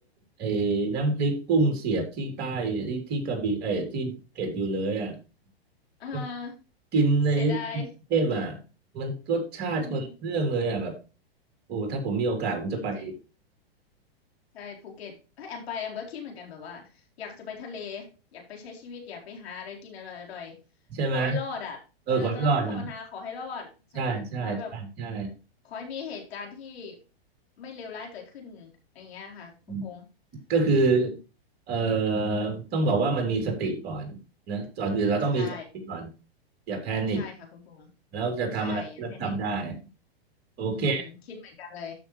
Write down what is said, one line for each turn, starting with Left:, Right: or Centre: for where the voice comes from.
Right: ไอ้น้ำพริกกุ้งเสียบที่ใต้ที่ที่กระบี่ไอ้ที่ภูเก็ตอยู่เลยอ่ะ
Left: อ่า
Right: มันกินในกรุงเทพอ่ะ
Left: เสียดาย
Right: มันรสชาติมันเรื่องเลยอ่ะแบบ
Left: อืม
Right: โอ้ถ้าผมมีโอกาสผมจะไปอีก
Left: จริงๆใช่ภูเก็ตเอ้ยแอมไปแอมก็คิดเหมือนกันแบบว่าอยากจะไปทะเลอยากไปใช้ชีวิตอยากไปหาอะไรกินอร่อยอร่อย
Right: ใช่ไหม
Left: ขอให้รอดอ่ะเออแล้วก็ภาวนาขอให้รอดใช่ขอให้แบบ
Right: เออขอไม่รอดอ่ะใช่ใช่ใช่ใช่
Left: ขอให้มีเหตุการณ์ที่ไม่เลวร้ายเกิดขึ้นอย่างเงี้ยค่ะคุณพงษ์
Right: อืมก็คือ
Left: อืม
Right: เอ่อต้องบอกว่ามันมีสติก่อนนะก่อนอื่นเราต้องมีสติก่อน
Left: ใช่
Right: อย่าแพนิค
Left: ใช่ค่ะคุณพงษ์
Right: แล้วจะทำอะไรก็ทำได้
Left: ใช่อย่าแพนิค
Right: โอเค
Left: อืมคิดเหมือนกันเลย